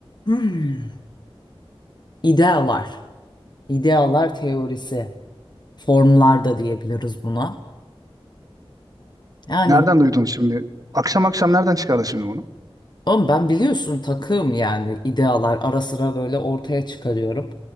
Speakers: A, on the left; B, on the right.
A: Hmm. İdealar. İdealar teorisi. Formlar da diyebiliriz buna. Yani
B: Nereden duydun şimdi? Akşam akşam nereden çıkardın şimdi bunu?
A: oğlum ben biliyorsun takığım yani idealar ara sıra böyle ortaya çıkarıyorum.